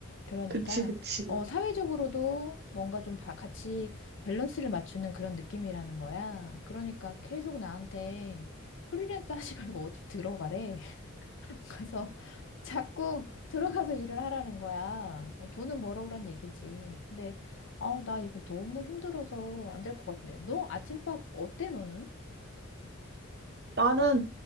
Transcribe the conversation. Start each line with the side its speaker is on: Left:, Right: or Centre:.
Left: 그러니까
Right: 그치, 그치.
Left: 어, 사회적으로도 뭔가 좀 바- 같이 밸런스를 맞추는 그런 느낌이라는 거야. 그러니까 계속 나한테 프리랜서 하지 <laughs> 말고 어디 들어가래. <laughs> 가서 자꾸 들어가서 일을 하라는 거야. 어, 돈은 벌어오란 얘기지. 근데 아, 나 이거 너무 힘들어서 안 될 것 같은데. 너 아침밥 어때, 너는?
Right: 나는,